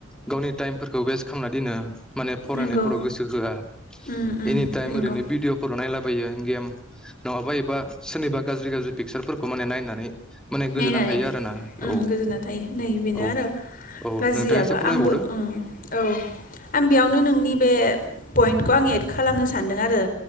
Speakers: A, in the centre; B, on the left.
A: गावनि टाइमफोरखौ वेस्ट खालामना दोनो माने फरायनायफोराव
B: नंगौ
A: गोसो होआ
B: उम उम
A: एनिटाइम
B: नंगौ
A: ओरैनो भिडिअफोराव नायलाबो गेम नङाबा एबा सोरनिबा गाज्रि गाज्रि पिकसारफोरखौ माने नायनानै माने गोजोनना
B: नायनानै
A: थायो आरोना
B: ओम
A: औ
B: गोजोना थायो नै बेनो
A: औ
B: आरो
A: औ
B: गाज्रियाबा
A: नोंथाङा एसे फोरमायबावदो
B: आंबो ओम औ आं बेयावनो नोंनि बे पइन्टखौ आं एड खालामनो सानदों आरो